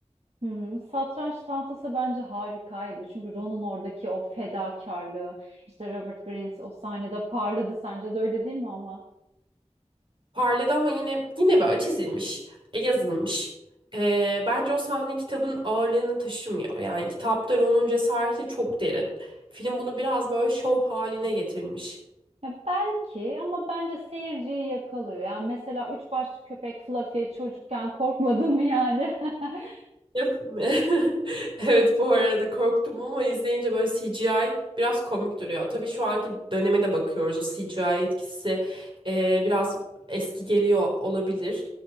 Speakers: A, on the right; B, on the right.
A: Hmm, satranç tahtası bence harikaydı. Çünkü Ron'un oradaki o fedakarlığı, işte Robert Grint o sahnede parladı. Sence de öyle değil mi ama?
B: Parladı ama yine yine böyle çizilmiş, e, yazılmış. Ee, bence o sahne kitabın ağırlığını taşımıyor. Yani kitapta Ron'un cesareti çok derin. Film bunu biraz böyle şov haline getirmiş.
A: Ya belki ama bence seyirciyi yakalıyor. Yani mesela üç başlı köpek Fluffy çocukken korkmadın mı yani? <laughs>
B: Yapayım. mı? <laughs> Evet bu arada korktum ama izleyince böyle CGI biraz komik duruyor. Tabii şu anki döneme de bakıyoruz. O CGI etkisi e, biraz eski geliyor olabilir.